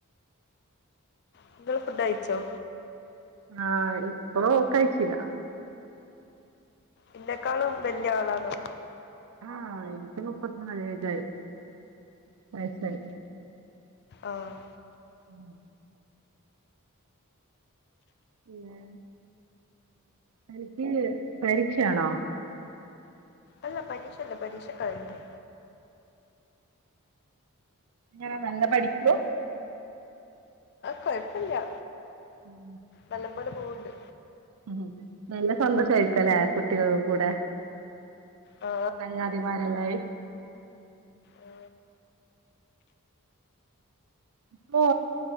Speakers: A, on the left; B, on the right.
A: നിങ്ങൾ ഫുഡ് അയച്ചോ
B: ആഹ ഇപ്പൊ കഴിച്ചീല
A: എന്നന്നെക്കാളും വല്ല്യ ആളാണോ
B: ആഹ എനിക്കി മുപ്പത്തിനാല് ഏജായി വയസായി
A: ആഹ്
B: ഉം പിന്നെ തനിക്ക് പരീക്ഷയാണോ
A: അല്ല പരീക്ഷല്ല പരീക്ഷ കഴിഞ്ഞു
B: ഞാൻ നല്ല പഠിക്കൂ
A: കൊഴപ്പില്ല
B: ഉം
A: നല്ലം പോലെ പോവണ്ട്
B: ഉ നല്ല സന്തോഷ ആയിരിക്കും ലീ കുട്ടികൾ കൂടെ
A: ആ
B: ചങ്ങാതിമാരെല്ലായി
A: ആ,
B: ഇപ്പോ